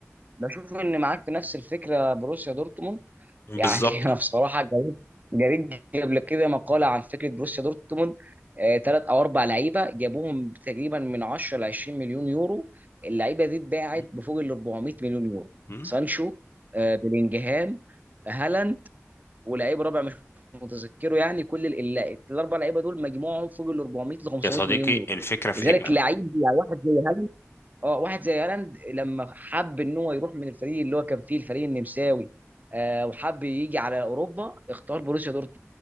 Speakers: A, on the right; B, on the left.
A: بشوف ان معاك في نفس الفكره بروسيا دورتموند
B: بالظبط
A: يعني <laughs> انا بصراحه جريت جريت قبل كده مقاله عن فكره بروسيا دورتموند ثلاث او اربع لعيبه جابوهم تقريبا من 10 ل 20 مليون يورو اللعيبه دي اتباعت
B: م-
A: بفوق ال 400 مليون يورو
B: م.
A: سانشو آه، بلينجهام هالاند ولعيب رابع مش متذكره يعني كل ال- ال- الاربع لعيبه دول مجموعهم فوق ال 400 ل 500
B: يا صديقي
A: مليون يورو
B: الفكره في
A: لذلك
B: ايه بقى
A: لعيب يعني واحد زي هالاند اه واحد زي هالاند لما حب ان هو يروح من الفريق اللي هو كان فيه الفريق النمساوي آه وحب يجي على اوروبا اختار بروسيا دورتموند